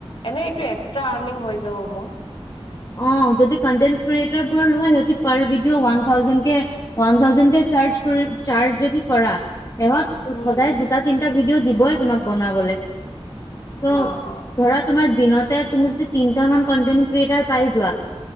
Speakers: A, on the left; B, on the left.
A: এনেই এইটো এক্সট্ৰা আৰ্নিং হৈ যাব মোৰ
B: অ', যদি কণ্টেন্ট ক্ৰিয়েটৰ লোৱা সিঁহতে পাৰ video one thousand, one thousand কে চাৰ্জ কৰি চাৰ্জ যদি কৰা ইহঁত
A: উম
B: সদায় দুটা তিনটা ভিডিঅ' দিবই তোমাক বনাবলৈ ত'
A: অ অ
B: ধৰা তোমাৰ দিনতে তুমি যদি তিনটামান কনটেন্ট ক্ৰিয়েটাৰ পাই যোৱা